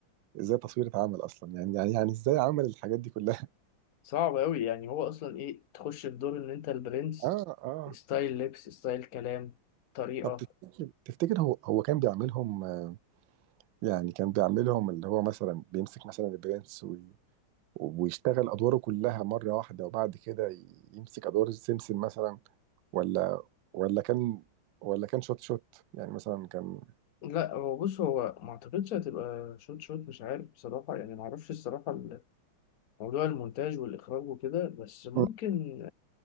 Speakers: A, on the right (about 70°); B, on the left (about 50°).
A: ازاي التصوير اتعمل اصلا يعني يعني يعني ازاي عمل الحاجات دي كلها <laughs>
B: صعب أوي يعني هو أصلا إيه تخش في دور إن أنت البرنس
A: اه اه
B: ستايل لبس ستايل كلام طريقة
A: طب تفتكر تفتكر هو هو كان بيعملهم آه، يعني كان بيعملهم اللي هو مثلا بيمسك مثلا البرنس وي- ويشتغل ادواره كلها مره واحده وبعد كده ي- يمسك ادوار سمسم مثلا ولا ولا كان ولا كان شوت شوت يعني مثلا كان
B: لا هو بص هو ما اعتقدش هتبقى شوت شوت مش عارف بصراحة يعني ما اعرفش الصراحة ال- موضوع المونتاج والإخراج وكده بس ممكن
A: مم.